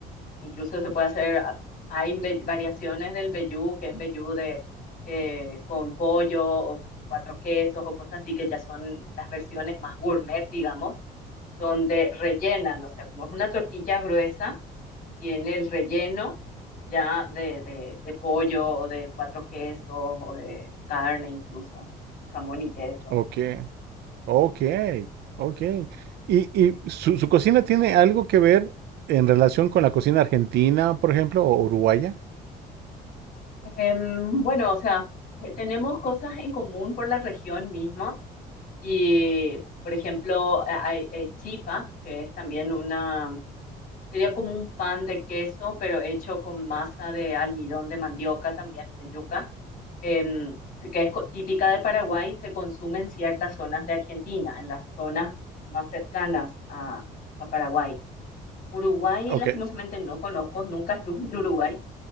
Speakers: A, on the left; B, on the right.
A: Incluso se puede hacer, a- hay mbe- variaciones del mbejú, que es mbejú de, eh, con pollo o con cuatro quesos o cosas así, que ya son las versiones más gourmet, digamos, donde rellenan, o sea, como es una tortilla gruesa y en el relleno ya de, de, de pollo o de cuatro quesos o de carne incluso, jamón y queso.
B: ok, ok, ok. ¿Y, y su, su cocina tiene algo que ver en relación con la cocina argentina, por ejemplo, o uruguaya?
A: Em, bueno, o sea, eh, tenemos cosas en común por la región misma y, por ejemplo, eh, hay eh, chipa, que es también una, sería como un pan de queso, pero hecho con masa de almidón de mandioca también, de yuca. em, se- que es co- típica de Paraguay, se consume en ciertas zonas de Argentina, en las zonas más cercanas a, a Paraguay. Uruguay,
B: Ok,
A: lastimosamente, no conozco, nunca estuve <laughs> en Uruguay,